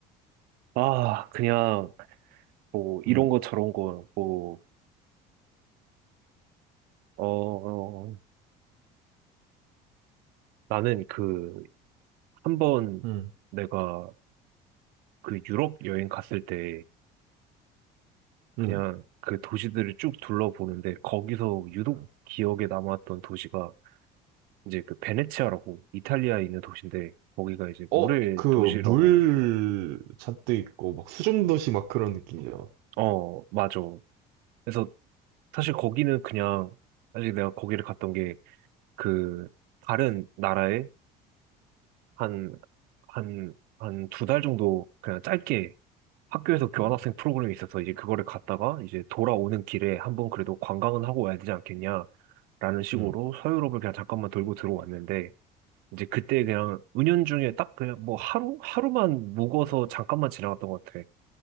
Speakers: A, on the right; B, on the right.
A: 아, 그냥, 뭐, 이런
B: 음,
A: 거 저런 거, 뭐, 어, 어, 어. 나는 그, 한 번
B: 음,
A: 내가 그 유럽 여행 갔을 때 그냥
B: 음.
A: 그 도시들을 쭉 둘러보는데 거기서 유독
B: 음.
A: 기억에 남았던 도시가 이제 그 베네치아라고 이탈리아에 있는 도시인데 거기가 이제
B: 어,
A: 물의
B: 그,
A: 도시라고
B: 물 잔뜩 있고, 막 수중도시 막 그런 느낌이잖아.
A: 어, 맞아. 그래서 사실 거기는 그냥 사실 내가 거기를 갔던 게 그 다른 나라에 한, 한, 한 두 달 정도 그냥 짧게 학교에서 교환학생
B: 음,
A: 프로그램이 있어서 이제 그거를 갔다가 이제 돌아오는 길에 한번 그래도 관광은 하고 와야 되지 않겠냐라는 식으로
B: 음,
A: 서유럽을 그냥 잠깐만 돌고 들어왔는데 이제 그때 그냥 은연중에 딱 그냥 뭐 하루 하루만 묵어서 잠깐만 지나갔던 것 같아.